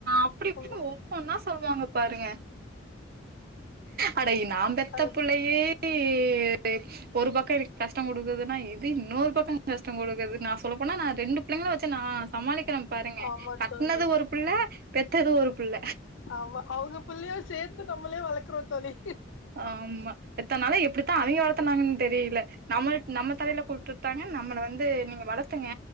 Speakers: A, on the right (about 50°); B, on the left (about 70°).
A: அப்டி
B: ஆமா
A: ன்னு ஒவ்வொன்னா சொல்லுவாங்க பாருங்க அட ஏ நா பெத்த
B: அது
A: புள்ளயே <unintelligible> ஒரு பக்கோ எனக்கு கஷ்டோ குடுக்குதுன்னா இது இன்னொரு பக்கோ கஷ்டோ குடுக்குது நா சொல்லப் போனா நா ரெண்டு புள்ளைங்கள வெச்சு நா சமாளிக்றே பாருங்க
B: ஆமா
A: கட்னது
B: தோழி
A: ஒரு புள்ள பெத்தது ஒரு புள்ள
B: ஆமா அவுங்க புள்ளையு சேத்து நம்ளே வளக்குறோ தோழி
A: ஆமா இத்தன் நாளா எப்டி தா அவிங்க வளத்துனாங்கன் தெரில நம்மள் நம்ம தலைல
B: ஆமா
A: குடுத்து ட்டாங்க நம்மள வந்து நீங்க வளத்துங்க